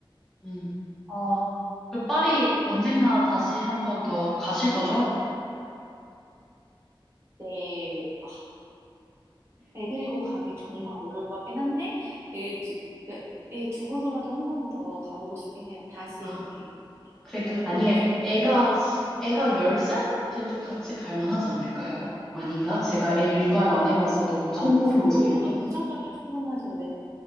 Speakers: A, in the centre; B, on the right (about 30°).
A: 음. 어, 그 파리 언젠가 다시 한 번 더 가실 거죠?
B: 네, 아, 애 데리고 가기 정말 어려울 것 같긴 한데, 애 두, 그러니까 애 두고서라도 한 번은 더 가보고 싶긴 해요. 다시
A: 아,
B: 이렇게, 네,
A: 그래도
B: 여행해보고
A: 아니에요.
B: 싶어요.
A: 애가
B: <laughs>
A: 애가 10살만 돼도 같이 갈 만하지 않을까요? 아닌가? 제가 애를 육아를 안 해봐서 너무 속모르는
B: 아우, 그 정도면,
A: 소린데.
B: 어, 그 정도면 충분하죠, 네.